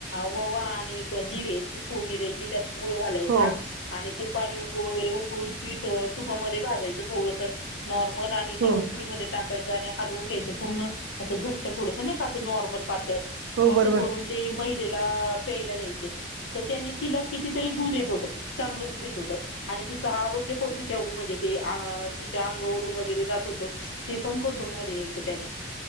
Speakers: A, on the left; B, on the right.
A: ववा आणि जिरे यांची फोडणी नि द्यायची त्यात गुळ घालायचा
B: हो
A: आणि ते पाणी उकळून वगैरे उकळून पितो तुपामध्ये भाजायचं थोडस नॉर्मल आणि
B: हो
A: ते उकळीमध्ये टाकायचं आणि हलवून घ्यायचं. पूर्ण अस घट्ट थोडस नाही का अस नॉर्मल पातळ
B: हो बरोबर
A: अस करून ते महिलेला प्यायला द्यायचे त्याने तिला किती तरी दुध येत होतं चांगलं दूध येत होतं. आणि तिचा आरोग्य पण तिच्या म्हणजे ते तिच्या अंगावरून वगैरे जात होतं ते पण कंट्रोल मध्ये यायचं त्याने